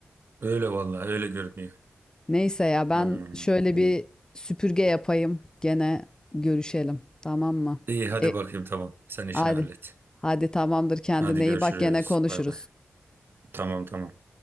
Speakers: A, on the right; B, on the left.
A: öyle vallahi öyle görünüyor
B: Neyse ya ben
A: Hmm,
B: şöyle
A: iyi.
B: bir süpürge yapayım. Gene görüşelim. Tamam mı?
A: İyi hadi
B: E,
A: bakayım tamam sen işini
B: hadi.
A: hallet
B: Hadi tamamdır kendine
A: hadi görüşürüz
B: iyi bak gene konuşuruz.
A: bay bay tamam tamam